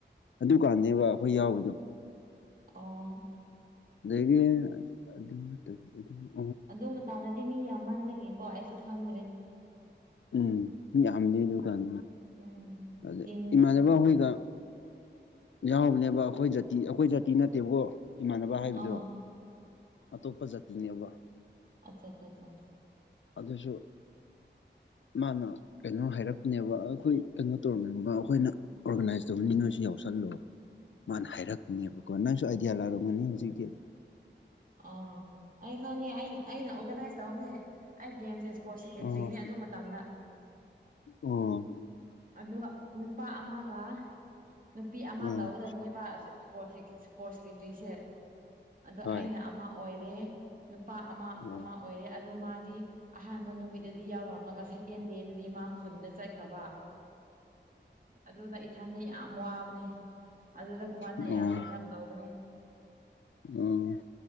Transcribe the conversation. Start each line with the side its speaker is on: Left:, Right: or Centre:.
Left: ꯑꯗꯨꯀꯥꯟꯅꯦꯕ ꯑꯩꯈꯣꯏ ꯌꯥꯎꯕꯗꯣ
Right: ꯑꯣ
Left: ꯑꯗꯨꯒꯤ ꯑꯗꯨꯠꯇ
Right: ꯑꯗꯨ ꯃꯇꯝꯗꯗꯤ ꯃꯤ ꯌꯥꯝꯃꯟꯕꯒꯤꯀꯣ ꯑꯩꯁꯨ ꯈꯪꯗ꯭ꯔꯦ
Left: ꯎꯝ ꯃꯤ ꯌꯥꯝꯕꯅꯤ ꯑꯗꯨꯀꯥꯟ
Right: ꯎꯝ
Left: ꯑꯗ
Right: ꯇꯤꯝ
Left: ꯏꯃꯥꯟꯅꯕ ꯍꯣꯏꯒ ꯌꯥꯎꯕꯅꯦꯕ ꯑꯩꯈꯣꯏ ꯖꯥꯇꯤ ꯑꯩꯈꯣꯏ ꯖꯥꯇꯤ ꯅꯠꯇꯦꯕꯀꯣ ꯏꯃꯥꯟꯅꯕ ꯕꯥ ꯍꯥꯏꯕꯗꯣ
Right: ꯑꯥ
Left: ꯑꯇꯣꯞꯄ ꯖꯥꯇꯤꯅꯦꯕ
Right: ꯑꯆꯥ ꯆꯥꯆꯥ
Left: ꯑꯗꯨꯁꯨ ꯃꯥꯅ ꯀꯩꯅꯣ ꯍꯥꯏꯔꯛꯄꯅꯦꯕ ꯑꯩꯈꯣꯏ ꯀꯩꯅꯣ ꯇꯧꯔꯝꯃꯦꯒꯨꯝꯕ ꯑꯩꯈꯣꯏꯅ ꯑꯣꯔꯒꯅꯥꯏꯁ ꯇꯧꯍꯟꯅꯤ ꯅꯣꯢꯁꯨ ꯌꯥꯎꯁꯜꯂꯣ ꯃꯥꯅ ꯍꯥꯏꯔꯛꯄꯅꯦꯕꯀꯣ ꯅꯪꯁꯨ ꯑꯥꯏꯗꯤꯌꯥ ꯂꯥꯛꯔꯝꯒꯅꯤ ꯍꯧꯖꯤꯛꯇꯤ
Right: ꯑ ꯑꯩ ꯈꯪꯉꯦ ꯑ ꯑꯩꯅ ꯑꯣꯔꯒꯅꯥꯏꯁ ꯇꯧꯔꯝꯅꯦ ꯑꯩ ꯒꯦꯝꯁꯦ ꯏꯁꯄꯣꯔꯠ ꯁꯦꯀꯦꯇ꯭ꯔꯤꯅꯦ
Left: ꯑꯣ
Right: ꯑꯗꯨ ꯃꯇꯝꯗ
Left: ꯑꯣ
Right: ꯑ ꯅꯨꯄꯥ ꯑꯃꯒ ꯅꯨꯄꯤ ꯑꯃ
Left: ꯎꯝ
Right: ꯇꯧꯒꯗꯕꯅꯦ ꯏꯁꯄꯣꯔꯠꯁꯤ ꯏꯁꯄꯣꯔꯠ ꯁꯦꯀꯦꯇꯔꯤꯁꯦ ꯑꯗꯣ
Left: ꯍꯣꯏ
Right: ꯑꯩꯅ ꯑꯃ ꯑꯣꯏꯔꯦ ꯅꯨꯄꯥ ꯑꯃ
Left: ꯎꯝ
Right: ꯑꯃ ꯑꯣꯏꯔꯦ ꯑꯗꯣ ꯃꯥꯗꯤ ꯑꯍꯥꯟꯕ ꯅꯨꯃꯤꯠꯇꯗꯤ ꯌꯥꯎꯔꯝꯃꯒ ꯁꯦꯀꯦꯟ ꯗꯦꯗꯗꯤ ꯃꯥ ꯈꯨꯟꯗ ꯆꯠꯈ꯭ꯔꯕ ꯑꯗꯨꯗ ꯏꯊꯟꯗ ꯌꯥꯝ ꯋꯥꯕꯅꯦ ꯑꯗꯨꯗ ꯈꯣꯟꯅ
Left: ꯎꯝ ꯑꯣ
Right: ꯌꯥꯝꯅ ꯍꯦꯜꯞ ꯇꯧꯕꯅꯦ <inaudible>
Left: ꯎꯝ